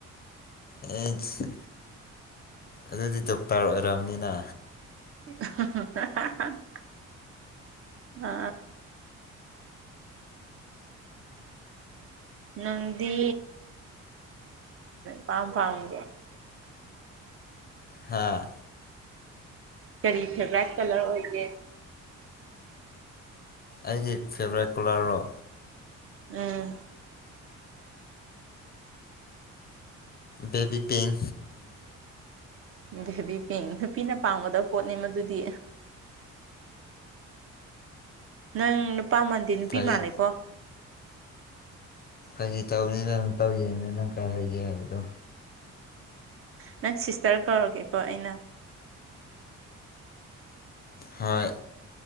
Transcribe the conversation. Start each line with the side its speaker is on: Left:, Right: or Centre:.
Left: ꯑꯩꯁ ꯑꯗꯨꯗꯤ ꯗꯣꯛꯇꯔ ꯑꯣꯏꯔꯕꯅꯤꯅ
Right: <unintelligible> ꯑ ꯅꯪꯗꯤ ꯄꯥꯝ ꯄꯥꯥꯎꯒꯦ
Left: ꯍꯥꯥ
Right: ꯀꯔꯤ ꯐꯦꯚꯔꯥꯏꯠ ꯀꯂꯔ ꯑꯣꯏꯒꯦ
Left: ꯑꯩꯁꯦ ꯐꯦꯚꯣꯔꯥꯏꯠ ꯀꯣꯂꯔꯔꯣ
Right: ꯎꯝ
Left: ꯕꯕꯤ ꯄꯤꯡ
Right: ꯕꯦꯕꯤ ꯄꯦꯡ ꯅꯨꯄꯤꯅ ꯄꯥꯝꯒꯗꯕ ꯄꯣꯠꯅꯤ ꯃꯗꯨꯗꯤ ꯅꯪ ꯅꯨꯄꯥꯃꯜꯗꯤ ꯅꯨꯄꯤ
Left: ꯐꯥꯒꯤ
Right: ꯃꯥꯜꯂꯦꯀꯣ
Left: ꯑꯩꯖꯤ ꯇꯧꯕꯅꯤꯅ ꯑꯗꯨ ꯇꯧꯖꯕꯅꯤ ꯅꯪ ꯀꯥꯏ ꯍꯒꯦ ꯍꯥꯏꯕꯗꯣ
Right: ꯅꯪ ꯁꯤꯁꯇꯔ ꯀꯧꯔꯒꯦꯀꯣ ꯑꯩꯅ
Left: ꯍꯣꯏ